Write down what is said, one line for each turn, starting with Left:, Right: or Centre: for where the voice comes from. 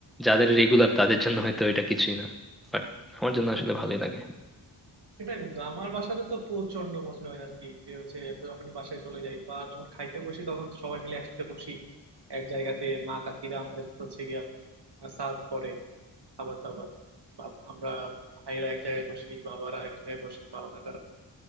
Centre: যাদের রেগুলার তাদের জন্য হয়তো এটা কিছুই না বাট আমার জন্য আসলে ভালোই লাগে
Right: সেটাই বন্ধু আমার বাসাতে তো প্রচন্ড মজা হয় আর কি যে হচ্ছে যখন বাসায় চলে যাই বা যখন খাইতে বসি তখন তো সবাই মিলে একসাথে বসি এক জায়গাতে মা কাকিরা আমাদের হচ্ছে গিয়া সার্ভ করে খাবার দাবার বা আমরা ভাইরা এক জায়গায় বসি বাবারা এক জায়গায় বসে বাবা কাকারা